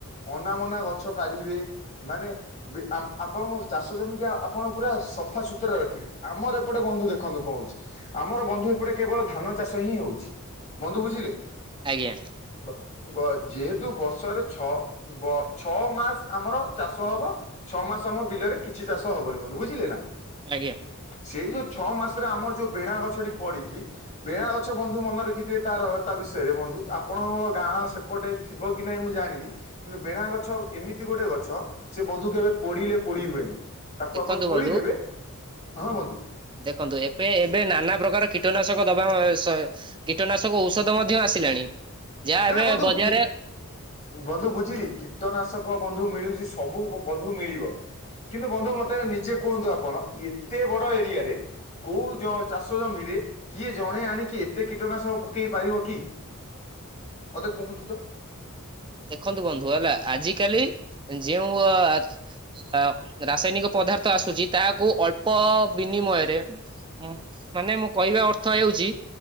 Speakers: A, on the left; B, on the right.
A: ଅନା ମନା ଗଛ କାଢ଼ିବେ। ମାନେ ବେ-ଆମ୍ ଆପଣଙ୍କ ଚାଷ ଜମିିକି ଆ, ଆପଣ ପୁରା ସଫାସତୁରା ର ଖିବେ, ଆମର ଏପଟେ ବନ୍ଧୁ ଦେଖନ୍ତୁ କଣ ହଉଛି ଆମର ବନ୍ଧୁ ଏପଟେ କେବଳ ଧାନ ଚାଷ ହିଁ ହଉଛି। ବନ୍ଧୁ ବୁଝିଲେ?
B: ଆଜ୍ଞା।
A: ବ-ବ-ଯେହେତୁ ବର୍ଷରେ ଛଅ ବ-ଛଅ ମାସ ଆମର ଚାଷ ହବ। ଛଅ ମାସ ଆମ ବିଲରେ କିଛି ଚାଷ ହବନି ବନ୍ଧୁ ବୁଝିଲେ ନା।
B: ଆଜ୍ଞା।
A: ସେଇ ଯୋଉ ଛଅ ମାସରେ ଆମର ଯୋଉ ବେଣା ଗଛଟି ପଡିକି ବେଣା ଗଛ ବନ୍ଧୁ ମନେ ରଖିଥିବେ ତାର ତା ବିଷୟରେ ବନ୍ଧୁ ଆପଣଙ୍କ ଗାଁ ସେ ପଟେ ଥିବ କି ନାହିଁ ମୁଁ ଜାଣିନି। କିନ୍ତୁ ବେଣା ଗଛ ଏମିତି ଗୋଟେ ଗଛ ସେ ବନ୍ଧୁ କେବେ ପୋଡ଼ିଲେ ପୋଡ଼ି ହୁଏନି। ତାକୁ
B: ଦେଖନ୍ତୁ
A: ଆପଣ ପୋଡିଦେବେ
B: ବନ୍ଧୁ
A: ହଁ ବନ୍ଧୁ
B: ଦେଖନ୍ତୁ ଏବେ ଏବେ ନାନା ପ୍ରକାର କୀଟନାଶକ ଦବା ସ କୀଟନାଶକ ଔଷଧ ମଧ୍ୟ ଆସିଲାଣି। ଯାହା
A: ନା
B: ଏବେ
A: ନା ବନ୍ଧୁ
B: ବଜାରରେ
A: କି ବନ୍ଧୁ ବୁଝିଲି କୀଟନାଶକ ବନ୍ଧୁ ମିଳୁଛି ସବୁ ବନ୍ଧୁ ମିଳିବ। କିନ୍ତୁ ବନ୍ଧୁ ମୋତେ ନିଜେ କୁହନ୍ତୁ ଆପଣ ଏତେ ବଡ ଏରିଆରେ କୋଉ ଜ-ଚାଷ ଜମିରେ କିଏ ଜଣେ ଆଣିକି ଏତେ କୀଟନାଶକ ପକେଇ ପାରିବ କି? ମୋତେ କୁହନ୍ତୁ ତ?
B: ଦେଖନ୍ତୁ ବନ୍ଧୁ ହେଲା ଆଜିିକାଲି ଯେଉଁ ଅ, ଆ ଅ, ରାସାୟନିକ ପଦାର୍ଥ ଆସୁଛି ତାହାକୁ ଅଳ୍ପ ବିନିମୟରେ <inaudible> ମାନେ, ମୁଁ କହିବା ଅର୍ଥ ହେଉଛି